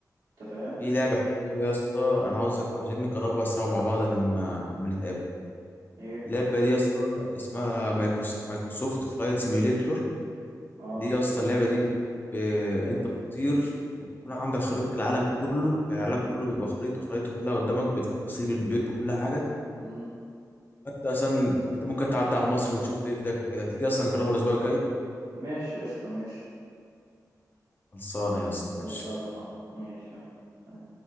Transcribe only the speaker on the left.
في لعبة حلوة أوي يا اسطى أنا عاوزك عاوزين نجربها سوا مع بعض لما لما نتقابل
اللعبه دي يا اسطى اسمها مايكروس- مايكروسوفت فلايت سيميوليتور
دي يا اسطى اللعبه دي ب... انت بتطير ويكون عندك خريطه العالم كله يعني العالم كله بيبقى خريطه خريطه كلها قدامك بالتفاصيل بالبيوت بكل حاجه
انت اصلا انت ممكن تعدي على مصر وتشوف بايدك وكده تيجي اصلا نجربه الاسبوع الجاي
خلصانه يا اسطى ماشي